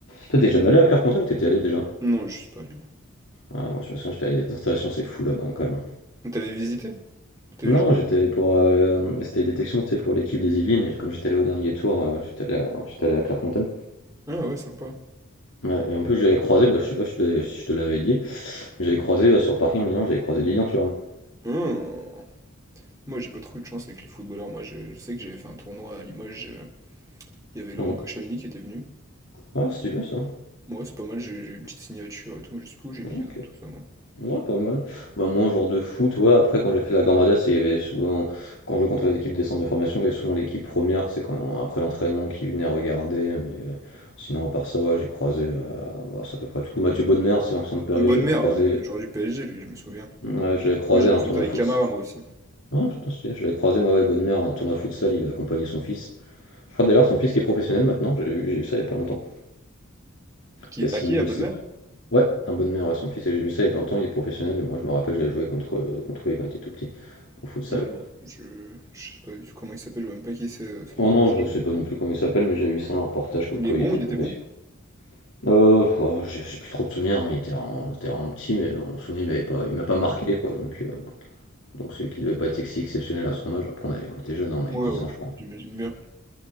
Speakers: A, on the left; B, on the right.
A: Toi, t'es jamais allé à Clairefontaine ou t'étais allé déjà?
B: Non, je suis pas allé, moi.
A: Ah, moi, je me souviens, j'étais allé à des installations, c'est fou là-bas quand même.
B: T'avais visité? T'avais
A: Non,
B: joué?
A: j'étais allé pour. euh, c'était détection, tu sais, pour l'équipe des Yvelines, et comme j'étais allé au dernier tour, euh, j'étais allé, à- j'étais allé à Clairefontaine.
B: Ah ouais, sympa.
A: Ouais, et en plus, j'avais croisé, bah, je sais pas si je te l'avais si je te l'avais dit, mais j'avais croisé euh, sur le parking en Lyon, j'avais croisé Lilian Thuram.
B: Ah. Moi, j'ai pas trop eu de chance avec les footballeurs. Moi, je, je sais que j'avais fait un tournoi à Limoges. euh, Il y avait Laurent
A: Hum.
B: Koscielny qui était venu.
A: Ah, c'est stylé ça.
B: Moi, c'est pas mal, j'ai j'ai eu une petite signature et tout, mais je sais plus où j'ai mis
A: Ok.
B: euh, tout ça, moi.
A: Ouais, pas mal. Bah, moi, un genre de foot, ouais, après, quand j'ai fait la Gambardia, c'est, il y avait souvent, quand je jouais contre les équipes des centres de formation, il y avait souvent l'équipe première, c'est quand, après l'entraînement, qui venait regarder, mais euh, sinon, à part ça, ouais, j'ai croisé, euh, bah, c'est à peu près tout. Mathieu Bonnemer, c'est ancien de Paris,
B: Une bonne
A: je l'avais
B: mère,
A: croisé,
B: ouais, genre du PSG, lui, je me souviens.
A: ouais, je l'avais croisé
B: Moi, j'ai une
A: à un
B: photo
A: tournoi
B: avec
A: foot.
B: Camara, moi aussi.
A: Ah, putain, stylé, je l'avais croisé, moi, ouais, Bonnemer, à un tournoi futsal, il a accompagné son fils. Je crois d'ailleurs, son fils qui est professionnel maintenant, j'ai vu j'ai vu ça il y a pas longtemps.
B: Qui...
A: Cassini,
B: À qui?
A: je
B: À Bonne
A: sais
B: Mère?
A: pas. Ouais, un Bonnemer, ouais, son fils, et j'ai vu ça il y a pas longtemps, il est professionnel, et moi, je me rappelle, j'avais joué contre, contre lui quand il était tout petit, au futsal.
B: Non, non, je... je sais pas du tout comment il s'appelle, je vois même pas qui c'est, euh, son
A: Oh
B: fils.
A: non, je sais
B: Je-
A: pas non plus comment il s'appelle, mais j'ai vu ça un reportage comme
B: Il
A: quoi
B: est bon,
A: il était
B: il
A: professionnel.
B: était bon?
A: Euh, oh, j'ai j'ai plus trop de souvenirs, hein, Il était vraiment, était vraiment petit, mais on se souvient, il m'avait pas, il m'a pas marqué quoi. Donc, euh, donc c'est qu'il devait pas être si exceptionnel à son âge. Après, on, avait- on était jeune, on avait
B: Ouais,
A: 10
B: ouais,
A: ans, je crois.
B: j'imagine bien.